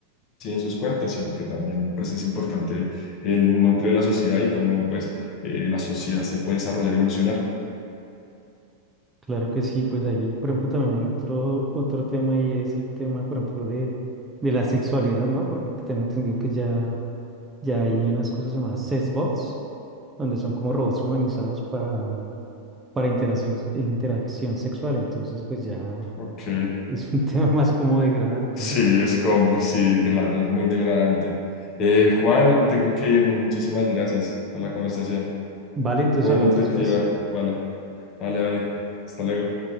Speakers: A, on the left; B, on the right.
A: en sus cuentas, sino que también pues es importante el núcleo de la sociedad y cómo pues eh, la sociedad se puede desarrollar y evolucionar.
B: Claro que sí, pues ahí, por ejemplo, también hay otro, otro tema y es el tema, por ejemplo, de, de la sexualidad, ¿no? Porque tengo entendido que ya, ya hay unas cosas llamadas sexbots donde son como robots humanizados para, para interacción, interacción sexual. Entonces, pues ya
A: Ok.
B: es un <laughs> tema más como degradante,
A: Sí,
B: ¿no?
A: es como, uy, sí, claro, es muy degradante. Eh, Juan, tengo que irme. Muchísimas gracias por la conversación.
B: Vale, entonces
A: Muy
B: hablamos
A: nutritiva.
B: después.
A: Vale, vale, vale. Hasta luego.